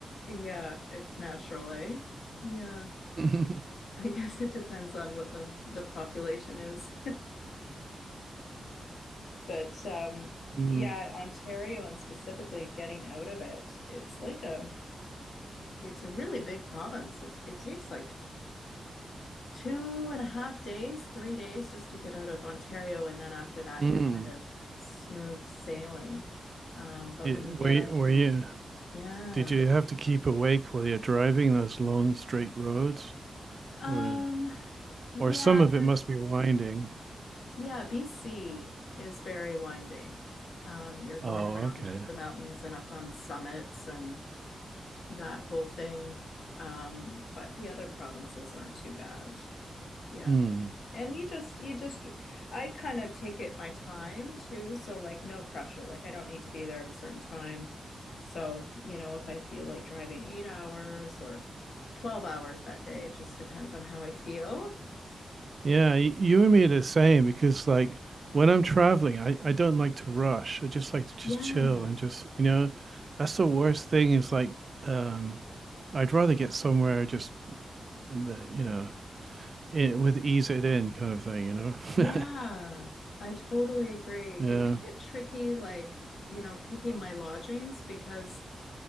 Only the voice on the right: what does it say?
<laughs>
Mm,
mm.
Yeah,
where
where you?
Did you have to keep awake while you're driving those long straight roads,
or
or some of
it must be winding?
Oh,
okay.
Hmm.
Yeah, y- you and me are the same because like when I'm traveling, I I don't like to rush. I just like to just
chill and just you know, that's the worst thing is like um, I'd rather get somewhere just in the you know in, with ease it in kind of thing, you know.
<laughs>
Yeah.